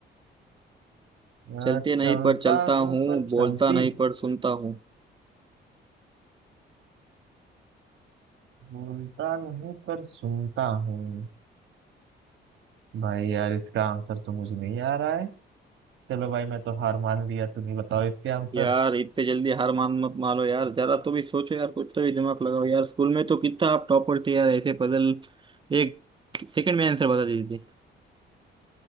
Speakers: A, on the right (about 25°); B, on the right (about 75°).
A: चलते
B: अ,
A: नहीं
B: चलता
A: पर चलता
B: हूँ
A: हूँ
B: पर चलती
A: बोलता नहीं पर सुनता हूँ
B: बोलता नहीं पर सुनता हूँ भाई यार इसका आंसर तो मुझे नहीं आ रहा है चलो भाई मैं तो हार मान लिया तुम ही बताओ इसके आंसर
A: यार इतने जल्दी हार मान मत मानो यार जरा तो भी सोचो यार कुछ तो भी दिमाग लगाओ यार स्कूल में तो कितना आप टॉपर थे यार ऐसे पजल एक सेकंड में आंसर बता देते थे